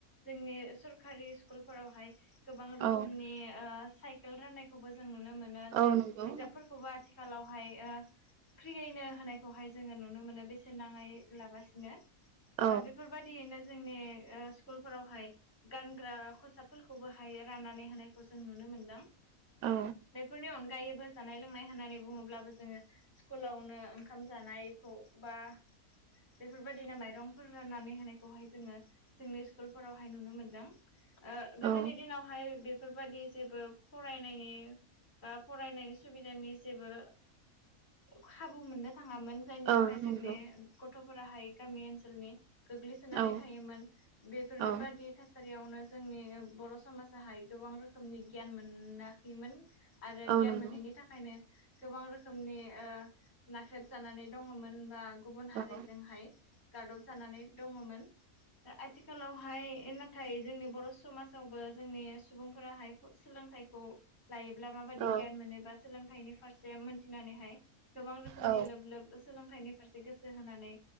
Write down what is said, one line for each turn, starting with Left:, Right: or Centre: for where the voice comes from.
Left: जोंनि सरखारि स्कुलफोरावहाय गोबां रोखोमनि
Right: औ
Left: स सायकेल राननायखौबो जों नुनो मोनो
Right: औ
Left: जे
Right: नंगौ
Left: बिजाबफोरखौबो आथिखालावहाय फ्रियैनो होनायखौहाय जोङो नुनो मोनो बेसेन नाङै लाबासिनो
Right: औ
Left: बेफोरबायदियैनो जोंनि स्कुल फोरावहाय गानग्रा खसाबफोरखौबोहाय राननानै होनायखौ जों नुनो मोनदों
Right: औ
Left: बेफोरनि अनगायैबो जानाय लोंनाय होननानै बुङोब्लाबो जोङो स्कुलावनो ओंखाम जानायखौ बा बेफोरबायदिनो माइरंफोर राननानै होनायखौहाय जोङो जोंनि स्कुलफोरावहाय नुनो मोनदों गोदोनि
Right: औ
Left: दिनावहाय बे बेफोरबादि जेबो फरायनायनि बा फरायनायनि सुबिदानि जेबो खाबु मोननो थाङामोन जायनि
Right: औ
Left: थाखाय
Right: नंगौ
Left: जोंनि गथ'फोराहाय गामि ओनसोलनि गोग्लैसोनानै
Right: औ
Left: थायोमोन बेफोर
Right: औ
Left: बा थासारियावनो जोंनि बर' समाजाहाय गोबां रोखोमनि गियान मोनाखैमोन आरो
Right: औ
Left: गियान
Right: नंगौ
Left: मोनैनि नि थाखायनो गोबां रोखोमनि नाख्रेब जानानै दङमोन बा गुबुन
Right: औ
Left: हारिजोंहाय
Right: औ
Left: गादब जानानै दङमोन आथिखालावहाय नाथाय जोंनि बर' समाजावबो जोंनि सुबुंफोराहाय सोलोंथाइखौ लायोब्ला माबायदि
Right: औ
Left: गियान मोनोबा सोलोंथाइनि फारसे जे मोनथिनानैहाय गोबां रोखोमनि
Right: औ
Left: लोब लोब सोलोंथाइनि फारसे गोसो होनानै